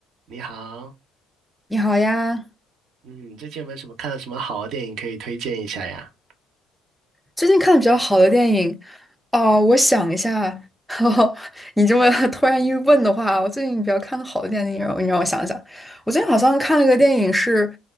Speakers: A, on the right; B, in the centre.
A: 你好，
B: 你好呀，
A: 嗯，最近有没有什么看了什么好的电影可以推荐一下呀？
B: 最近看的比较好的电影，哦，我想一下，<laughs> 哦你这么 <laughs> 突然一问的话，我最近比较看的好的电影，你让我想一想，我最近好像看了个电影是，